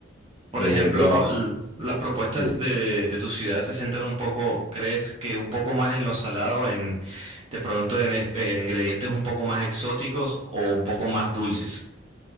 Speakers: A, on the right; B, in the centre.
A: por
B: Eh,
A: ejemplo,
B: pero
A: l- las propuestas
B: sí.
A: de, de tu ciudad se centran un poco, ¿crees que un poco más en lo salado, en de pronto en, es- en ingredientes un poco más exóticos o un poco más dulces?